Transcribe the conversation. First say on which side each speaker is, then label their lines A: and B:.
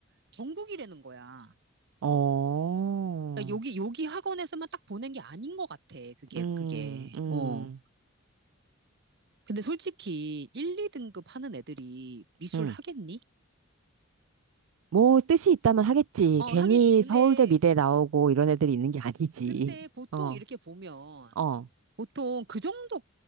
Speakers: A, on the right (about 55°); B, on the right (about 75°).
A: 전국이라는 거야.
B: 어,
A: 그러니까 여기, 여기 학원에서만 딱 보낸 게 아닌 것 같아. 그게,
B: 음,
A: 그게.
B: 음,
A: 어. 근데 솔직히 1, 2등급 하는 애들이 미술
B: 음.
A: 하겠니?
B: 뭐 뜻이 있다면 하겠지.
A: 어,
B: 괜히
A: 하겠지. 근데,
B: 서울대 미대 나오고 이런
A: 음,
B: 애들이 있는 게 아니지.
A: 근데 보통
B: <laughs> 어,
A: 이렇게 보면,
B: 어,
A: 보통 그 정도